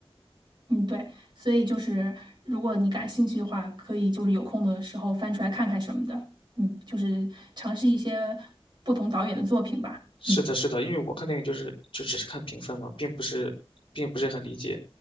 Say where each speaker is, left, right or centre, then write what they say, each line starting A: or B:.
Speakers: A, on the right; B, on the left.
A: 嗯，对，所以就是如果你感兴趣的话，可以就是有空的时候翻出来看看什么的，嗯，就是尝试一些不同导演的作品吧，
B: 是的，
A: 嗯
B: 是的，因为我看电影就是就只是看评分嘛，并不是，并不是很理解